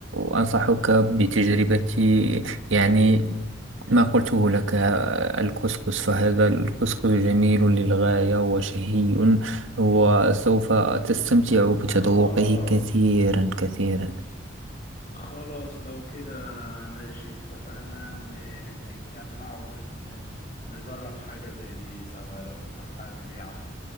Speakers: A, on the right (about 80°); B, on the left (about 40°).
A: أنصحك بتجربة يعني ما قلته لك آه، الكسكس فهذا الكسكس جميل للغاية وشهي وسوف تستمتع بتذوقه
B: خلاص
A: كثيرا كثيرا
B: خلاص لو كده ماشي اتفقنا ن- نتجمع ونجرب حاجة زي دي سوا لو انت حابب يعني